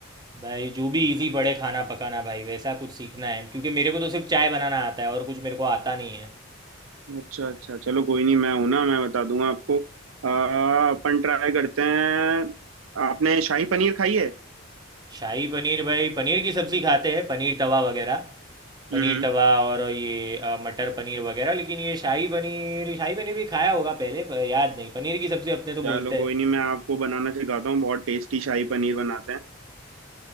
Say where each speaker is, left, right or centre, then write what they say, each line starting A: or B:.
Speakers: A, on the right (about 20°); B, on the right (about 75°).
A: भाई जो भी इजी पड़े खाना पकाना भाई वैसा कुछ सीखना है क्योंकि मेरे को तो सिर्फ चाय बनाना आता है और कुछ मेरे को आता नहीं है
B: अच्छा अच्छा चलो कोई नहीं मैं हूं ना मैं बता दूंगा आपको आ, अपन ट्राई करते हैं आपने शाही पनीर खाई है
A: शाही पनीर भाई पनीर की सब्ज़ी खाते हैं पनीर तवा वगैरह पनीर
B: हम्म
A: तवा और ये अ, मटर पनीर वगैरह लेकिन ये शाही पनीर शाही पनीर भी खाया होगा पहले पर याद नहीं पनीर की सब्ज़ी अपने तो
B: चलो
A: बोलते
B: कोई
A: हैं
B: नहीं मैं आपको बनाना सिखाता हूँ बहुत टेस्टी शाही पनीर बनाते हैं